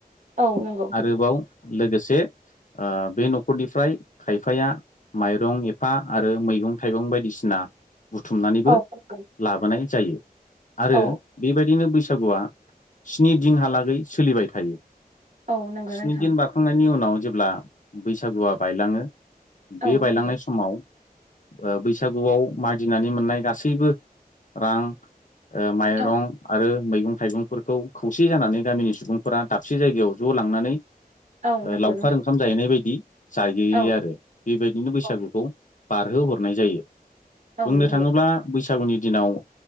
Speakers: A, on the right; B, on the left.
A: औ नंगौ
B: आरोबाव लोगोसे ओ बे नखरनिफ्राय खायफाया माइरं एफा आरो मैगं थाइगं बायदिस सिना बुथुमनानैबो
A: औ नंगौ
B: लाबोनाय जायो आरो
A: औ
B: बेबायदिनो बैस सागुआ स्नि दिनहालागै सोलिबाय थायो
A: औ नंगौ
B: स्नि
A: नोंथां
B: दिन बारखांनायनि उनाव जेब्ला बैसागुआ बायलांङो बे
A: औ
B: बायलांनाय
A: नंगौ
B: समाव ओ बैसागुआव मागिनानै मोननाय गासै सैबो रां ओ माइरं
A: औ
B: आरो मैगं थाइगंफोरखौ खौसे जानानै गामिनि सुबुंफोरा दाबसे जायगायाव ज लांनानै
A: औ
B: ओ
A: नंगौ
B: लावखार
A: नोंथां
B: ओंखाम जायैनाय बायदि जाहैयो
A: औ
B: आरो बेबायदिनो बैसागुखौ
A: औ
B: बारहोहरनाय जायो
A: औ
B: बुंनो
A: नंगौ
B: थांङोब्ला बैसागुनि दिनाव